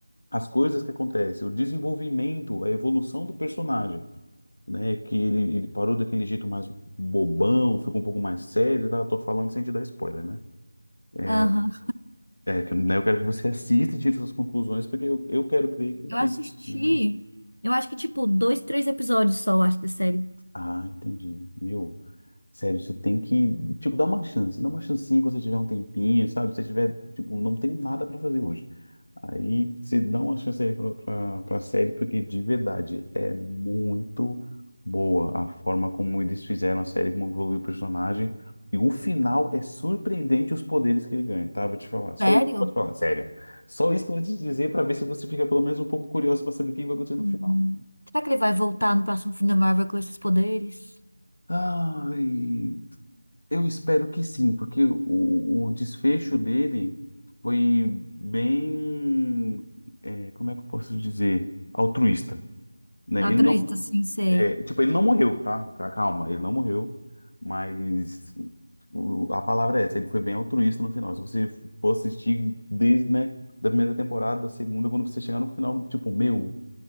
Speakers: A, on the left (about 60°); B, on the left (about 85°).
A: as coisas que acontecem, o desenvolvimento, a evolução do personagem, né? Que ele, ele parou daquele jeito mais bobão, ficou um pouco mais sério, tá? Eu Tô falando sem te dar spoiler, né? É,
B: Aham.
A: é, que, né, eu quero que você assista e tire suas conclusões, porque eu, eu quero crer que,
B: Eu
A: que...
B: assisti.
A: Hum.
B: Eu acho que, tipo, dois, três episódios só, eu acho, da série.
A: Ah, entendi. Meu, Sério, você tem que, tipo, dar uma chance. Dá uma chancinha quando você tiver um tempinho, sabe? Se você tiver, tipo, não tem nada pra fazer hoje. Aí você dá uma chance aí pra, pra, pra série, porque de verdade é muito boa a forma como eles fizeram a série, como evoluiu o personagem. E o final é surpreendente os poderes que ele ganha, tá? Vou te falar. Só
B: Sério?
A: isso que eu vou te falar, sério. Só isso que eu vou te dizer pra ver se você fica pelo menos um pouco curioso pra saber o que vai acontecer no
B: Hum.
A: final.
B: Será que ele vai voltar no próximo filme da Marvel com esses poderes?
A: Ai. Eu espero que sim, porque o, o desfecho dele foi bem, é, como é que eu posso dizer, altruísta, né?
B: Altruísta,
A: Ele não,
B: sim, sei.
A: é, tipo, ele não morreu, tá? Ca- Calma, ele não morreu, mas o- a palavra é essa, ele foi bem altruísta no final. Se você for assistir desde, né, da primeira temporada, da segunda, quando você chegar no final, tipo, meu,